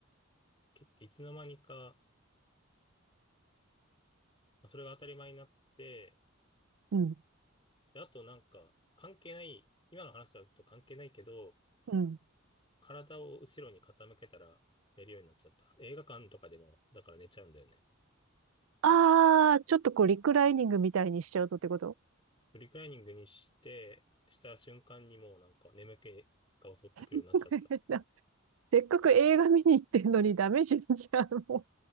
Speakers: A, on the left; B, on the right.
A: けいつの間にか、まあそれが当たり前になって、
B: うん、
A: で、あとなんか、関係ない、今の話とはちょっと関係ないけど、
B: うん。
A: 体を後ろに傾けたら寝るようになっちゃった。映画館とかでも、だから寝ちゃうんだよね。
B: ああ、ちょっとこう、リクライニングみたいにしちゃうとってこと
A: フリクライニングにして、した瞬間にもうなんか眠気が襲ってくるようになっちゃった。
B: <laughs> せっかく映画見に行ってんのにダメじゃん、じゃあも